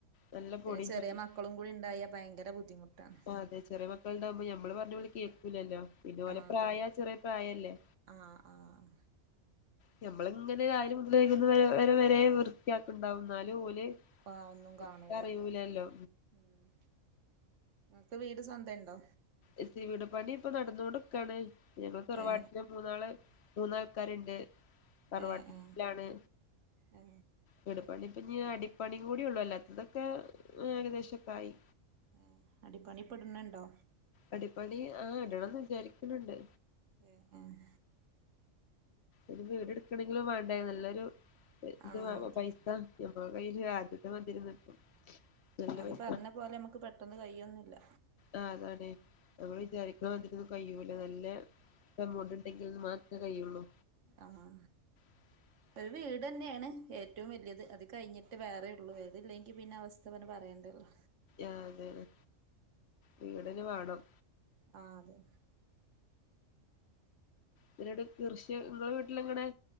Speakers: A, on the left; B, on the right.
A: നല്ല പൊടിയും
B: പിന്നെ ചെറിയ
A: ചളി
B: മക്കളും കൂടി ഉണ്ടായ ഭയങ്കര ബുദ്ധിമുട്ടാണ്
A: ആഹ് അതെ ചെറിയ മക്കളുണ്ടാവുമ്പോ മ്മള് പറഞ്ഞ അവര് കേൾക്കൂലല്ലോ പിന്നെ ഓലെ
B: ആഹ്
A: പ്രായ
B: അതെ
A: ചെറിയ പ്രായല്ലേ
B: ആഹ് ആഹ്
A: ഉ നമ്മളിങ്ങനെ രാവിലെ മുതൽ വൈകുന്നേരം വരെ വൃത്തിയാക്ക ഉണ്ടാവു ന്നാലും ഓല്
B: ആഹ് ഒന്നും കാണൂല
A: ഒട്ടും അറിയൂലല്ലോ
B: ഉം നിങ്ങക്ക് വീട് സ്വന്തം ഉണ്ടോ
A: എസ് സി വീട് പണി ഇപ്പൊ നടന്ന കൊൊണ്ട്ക്കാണ് തറവാട്ടെ
B: ഏ
A: മൂന്നാള് മൂന്നാൾക്കാരുണ്ട് തറവാട്ടിലാണ്
B: ഏ ഏ ഏ
A: വിടു പ്പണി ഇപ്പ അടിപ്പണിയ കൂടിയള്ളൂ അല്ലാത്തതൊക്കെ ഏകദേശം ക്കെ ആയി
B: ഏഹ് അടി പണി ഇപ്പെടണണ്ടോ
A: അടിപാടി ആഹ് ഇടണം വിചാരിക്കുന്നുണ്ട്
B: ഏഹ് ഏഹ്
A: ഒര് വീട് എടുക്കണങ്കിലും വേണ്ട നല്ലൊരു ഇത്
B: ആ അത്
A: പൈസ ഞമ്മ കയ്യിൽ ആദ്യത്തെ <unintelligible> നല്ല
B: അത്
A: പൈസ
B: പറഞ്ഞ പോലെ നമുക്ക് പെട്ടെന്ന് കയ്യൊന്നുല്ല
A: ആഹ് അതാണെ നമ്മള് വിചാരിക്കണ മാതിരി കഴിയൂല്ല നല്ല എമോട് ഉണ്ടെങ്കിൽന് മാത്ര കയുള്ളൂ
B: ആഹ് ആഹ്
A: <inaudible>
B: ഒരു വീട് ന്നെയെണ് ഏറ്റവും വല്ല്യത് അത് കഴിഞ്ഞിട്ട് വേറെ ഉള്ളൂ അത് ഇല്ലെങ്കിൽ പിന്നെ അവസ്ഥ പിന്നെ പറയേണ്ടല്ലോ
A: ആഹ് അതന്ന വീടന് വാണം
B: ആഹ് അതെ
A: പിട് കൃഷിങ്ങ വീട്ടില എങ്ങനെ